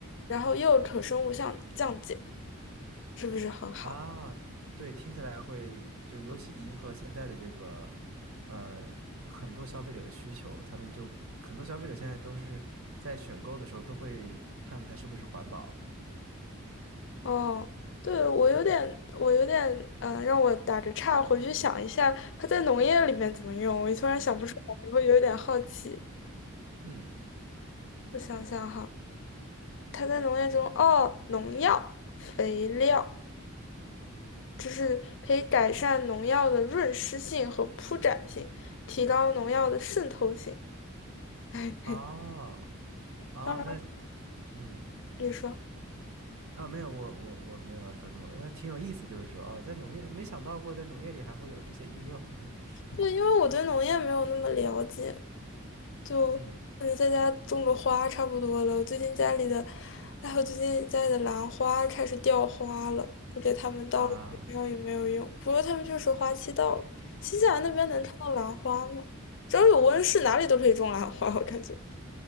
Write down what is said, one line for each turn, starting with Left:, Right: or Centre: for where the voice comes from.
Left: 然后又可生物降降解。是不是很好？
Right: 啊，对，听起来会就尤其迎合现在的这个，呃，很多消费者的需求，他们就很多消费者现在都是在选购的时候都会看它是不是环保。
Left: 哦，对，我有点，我有点，嗯、让我打着岔，回去想一下它在农业里面怎么用。我突然想不出来，你会有一点好奇。
Right: 嗯，
Left: 我想想哈，它在农业中，哦，农药、肥料，就是可以改善农药的润湿性和铺展性，提高农药的渗透性。<laughs>
Right: 哦，哦，
Left: 当然，
Right: 那嗯
Left: 你说，
Right: 啊，没有，我我我没有要说什么，那挺有意思，就是说哦，在农业没想到过在农业里还会有这些应用。<laughs>
Left: 对，因为我对农业没有那么了解，就嗯，
Right: 嗯
Left: 在家种种花差不多了。我最近家里的，哎，我最近家里的兰花开始掉花了，我给它们倒了肥料也没有用。
Right: 啊，
Left: 不过它们确实花期到了。新西兰那边能看到兰花吗？
Right: 对，
Left: 只要有温室，哪里都可以种兰花，我感觉。